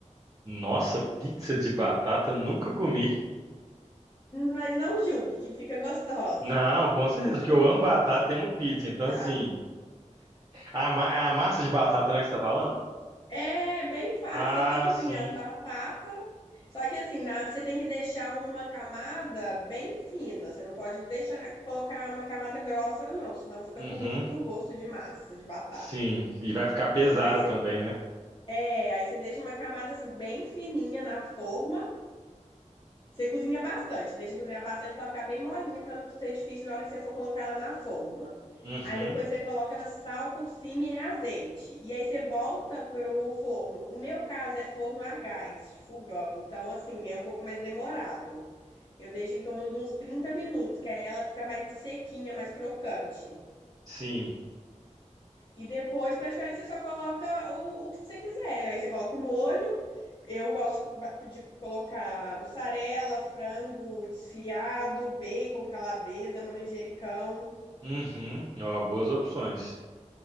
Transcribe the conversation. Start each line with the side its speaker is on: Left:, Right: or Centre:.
Right: Nossa, pizza de batata nunca comi.
Left: mas não julgue que fica gostosa.
Right: Não,
Left: <laughs>
Right: com certeza, porque eu amo batata e amo pizza. Então,
Left: Ah,
Right: assim, a, ma- é a massa de batata, né, que você tá falando?
Left: É bem fácil,
Right: Ah,
Left: é só cozinhar
Right: sim.
Left: as batatas. Só que assim, na- você tem que deixar uma camada bem fina. Você não pode deixar colocar uma camada grossa, não, senão fica
Right: Uhum.
Left: com muito gosto de massa, de batata.
Right: Sim. E vai ficar pesada
Left: Aí você,
Right: também, né?
Left: é, aí você deixa uma camada assim bem fininha na forma. Você cozinha bastante, deixa cozinhar bastante para ficar bem molinha, para não ser difícil na hora que você for colocar ela na forma.
Right: Uhum.
Left: Aí depois você coloca sal por cima e azeite. E aí você volta pro forno. O meu caso é forno a gás, fogão. Então, assim, é um pouco mais demorado. Eu deixo em torno de uns 30 minutos, que aí ela fica mais sequinha, mais crocante.
Right: Sim.
Left: E depois, praticamente, você só coloca o, o que você quiser. Aí você coloca o molho. Eu gosto de colocar mussarela, frango desfiado, bacon, calabresa, manjericão.
Right: Uhum. Ó, boas opções.